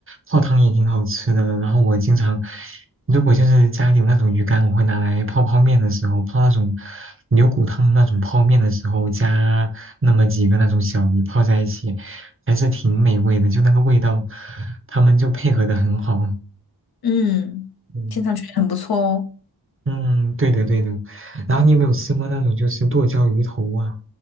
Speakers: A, on the right (about 35°); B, on the left (about 65°).
A: 泡汤也挺好吃的，然后我经常，如果就是家里有那种鱼干，我会拿来泡泡面的时候，泡那种牛骨汤的那种泡面的时候，加那么几个那种小鱼泡在一起，还是挺美味的，就那个味道，他们就配合的很好，
B: 嗯，
A: 嗯。
B: 听上去很不错哦，
A: 嗯，对的对的。然后你有没有吃过那种就是剁椒鱼头啊？